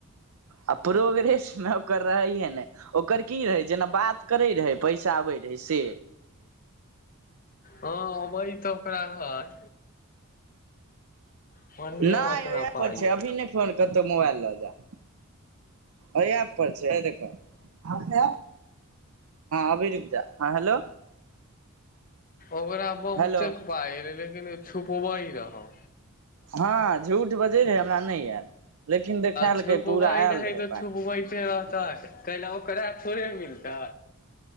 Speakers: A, on the right; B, on the left.
A: आ प्रोग्रेस मे ओकर रहैये ने ओकर की रहै जेना बात करै रहै पैसा आबै रहै से
B: हँ अबै तऽ ओकरा रहै बढ़िआँ
A: नहि
B: ओकरा
A: उएहप
B: पाइ
A: छै अभी नहि फोन कतहु मोबाइल लऽ जा औय एप पर छै है देखअ हँ अभि रुक जा हँ हेलो
B: ओकरा बहुते
A: हेलो
B: पाय अलाइ लेकिन ओ छुपब रहो
A: हँ झूठ बजे रहे हमरा नहि आयल लेकिन देखेलकै
B: छुपबै
A: पूरा आयल रहै
B: तऽ
A: पाइ
B: छुपबैते रहतै कैल ओकरा थोड़े मिलतै